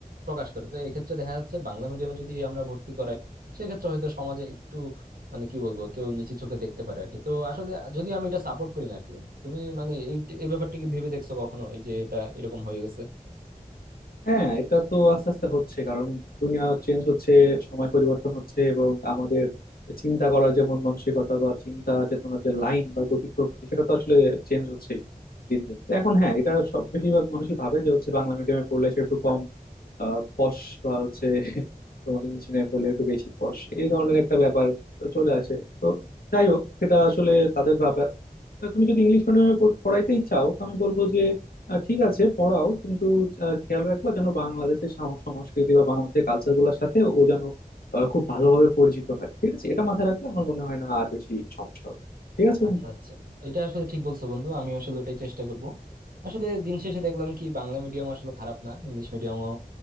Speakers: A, on the right; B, on the left.
A: প্রকাশ করে তো এক্ষেত্রে দেখা যাচ্ছে বাংলা মিডিয়ামে যদি আমরা ভর্তি করাই সেক্ষেত্রে হয়তো সমাজে একটু মানে কি বলবো কেউ নিচু চোখে দেখতে পারে আর কি তো আসলে যদি আমি এটা সাপোর্ট করি না আর কি তুমি মানে এই এই ব্যাপারটা কি ভেবে দেখছো কখনো এই যে এটা এরকম হয়ে গেছে
B: হ্যাঁ এটা তো আস্তে আস্তে হচ্ছে কারণ দুনিয়া চেঞ্জ হচ্ছে সময় পরিবর্তন হচ্ছে এবং আমাদের চিন্তা করার যে মন মানসিকতা বা চিন্তা চেতনার যে লাইন বা গতি প্রকৃতি সেটা তো আসলে চেঞ্জ হচ্ছেই দিন দিন তো এখন হ্যাঁ এটা সব বেশিরভাগ মানুষই ভাবে যে হচ্ছে বাংলা মিডিয়ামে পড়লে সে একটু কম পশ বা হচ্ছে <laughs> তোমার ইংলিশ মিডিয়ামে পড়লে একটু বেশি পশ এই ধরনের একটা ব্যাপার চলে আসে তো যাই হোক সেটা আসলে তাদের ব্যাপার তো তুমি যদি ইংলিশ মিডিয়ামে পড়াইতেই চাও তো আমি বলবো আহ, ঠিক আছে পড়াও কিন্তু আহ, খেয়াল রাখবা যেন বাংলাদেশের সাম- সংস্কৃতি বা বাংলাদেশের কালচার গুলোর সাথে ও যেন আহ, খুব ভালোভাবে পরিচিত হয় ঠিক আছে এটা মাথায় রাখলে আমার মনে হয় না আর বেশি সমস্যা হবে ঠিক আছে
A: আচ্ছা
B: বন্ধু?
A: আচ্ছা এটা আসলে ঠিক বলছো বন্ধু আমি আসলে ওটাই চেষ্টা করব আসলে দিন শেষে দেখলাম কি বাংলা মিডিয়াম আসলে খারাপ না ইংলিশ মিডিয়ামও